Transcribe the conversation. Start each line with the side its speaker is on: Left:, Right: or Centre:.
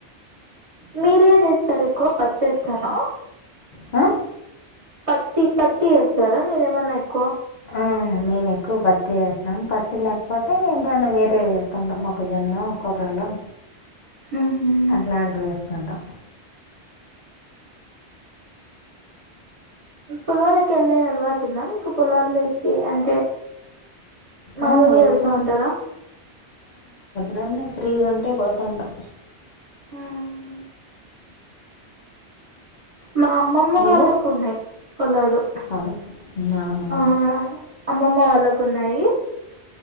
Right: మీరు ఎదేస్తారు ఎక్కువ పత్తి వేస్తారా
Left: ఆ
Right: పత్తి పత్తి వేస్తారా మీరేమన్నా ఎక్కువ
Left: ఉమే మే మే ఎక్కువ పత్తి వేస్తాం పత్తి లేకపోతే ఏంటన్నా వేరేయి వేసుకుంటాం మొక్కజొన్న కొర్రలు
Right: మ్మ్హ్మ్.
Left: అట్లాంటివి వేసుకుంటాం
Right: పొలాలేకి వెళ్ళే అలవాటు ఉందా మీకు పొలాలేకి కే అంటే మామూలుగా
Left: ఆ! వెళ్తాం.
Right: వెళ్తా ఉంటారా
Left: నన్ను ఫ్రీగా ఉంటే పోతా ఉంటాం
Right: ఆమ్ మా అమ్మమ్మ
Left: నువ్వు?
Right: వాళ్ళకు ఉన్నాయి పొలాలు
Left: అవును. అవునా?
Right: ఆ ఆ అమ్మమ్మ వాళ్ళకు ఉన్నాయి